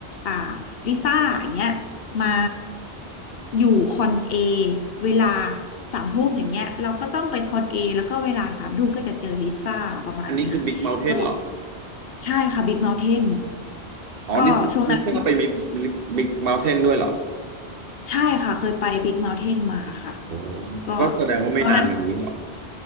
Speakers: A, on the left (about 65°); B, on the right (about 60°).
A: อ่าลิซ่าอย่างเงี้ยมาอยู่คอนเอเวลาสามทุ่มอย่างเงี้ยเราก็ต้องไปคอนเอแล้วก็เวลาสามทุ่มก็จะเจอลิซ่าประมาณนี้ค่ะระบบ
B: อันนี้คือบิ๊กเม n t ์เทนเหรอ
A: ใช่ค่ะบิ๊กเมาน์เทน
B: อ๋อดิสดิสก้าไปมีบิ๊กเม
A: ก็ช่วงนั้น
B: n t ์เทนด้วยเหรอ
A: ใช่ค่ะเคยไปบิ๊กเมาน์เทนมาค่ะ
B: โอ้
A: ก็
B: ก็แสดงว่าไม่นานมานี้เหรอ
A: ตอนนั้น